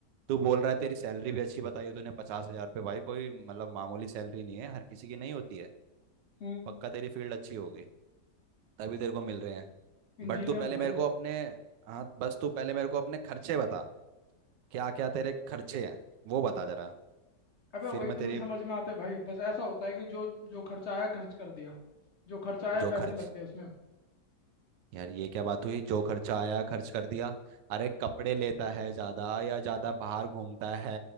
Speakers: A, on the right; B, on the left.
A: तू बोल रहा है तेरी सैलरी भी अच्छी बताई है तूने पचास हजार रुपये भाई कोई मतलब मामूली सैलरी नहीं है हर किसी की नहीं होती है
B: हम्म
A: पक्का तेरी फील्ड अच्छी होगी तभी तेरे को मिल रहे हैं
B: इंजीनियर
A: बट तू पहले
B: हूँ भाई
A: मेरे को अपने हाँ बस तू पहले मेरे को अपने खर्चे बता क्या क्या तेरे खर्चे हैं वो बता जरा
B: अबे
A: फिर
B: वही
A: मैं
B: तो
A: तेरी
B: नहीं समझ में आते भाई बस ऐसा होता है कि जो जो खर्चा आया खर्च कर दिया जो खर्चा आया
A: जो
B: पैसे
A: खर्च
B: लग गए उसमें
A: यार ये क्या बात हुई जो खर्चा आया खर्च कर दिया अरे कपड़े लेता है ज्यादा या ज्यादा बाहर घूमता है